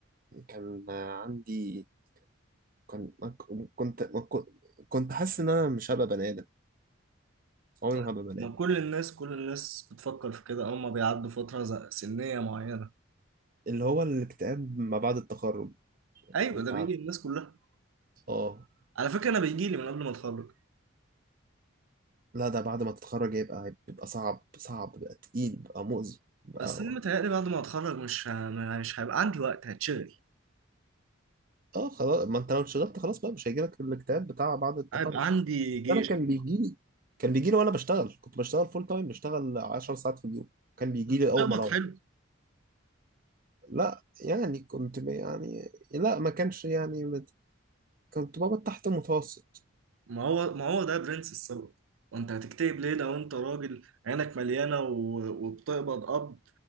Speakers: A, on the right; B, on the right.
A: كان آه، عندي كان ما ك- كنت ما كنت كنت حاسس ان انا مش هبقى بني ادم عمري
B: طيب
A: ما هبقى بني
B: ما
A: ادم
B: كل الناس كل الناس بتفكر في كده اول ما بيعدوا فترة ز- سنية معينة
A: اللي هو الاكتئاب ما بعد التخرج
B: ايوه
A: انت
B: ده بيجي
A: عارف
B: للناس كلها
A: اه
B: على فكره انا بيجي لي من قبل ما اتخرج
A: لا ده بعد ما تتخرج يبقى بيبقى صعب صعب بقى تقيل بقى مؤذي بقى
B: بس
A: هو.
B: انا متهيألي بعد ما اتخرج مش ه- مش هيبقى عندي وقت هتشغل
A: اه خلاص ما انت لو اشتغلت خلاص بقى مش هيجيلك الاكتئاب بتاع بعد التخرج
B: هيبقى عندي جيش
A: انا كان بيجي لي كان بيجي لي وانا بشتغل كنت بشتغل فول تايم بشتغل 10 ساعات في اليوم كان بيجي
B: بتقبض
A: لي اول ما اروح
B: حلو
A: لا يعني كنت ب- يعني لا ما كانش يعني مت- كنت بابا تحت المتوسط
B: ما هو ما هو ده برنس السبب وانت هتكتئب ليه لو انت راجل عينك مليانه و- وبتقبض قبض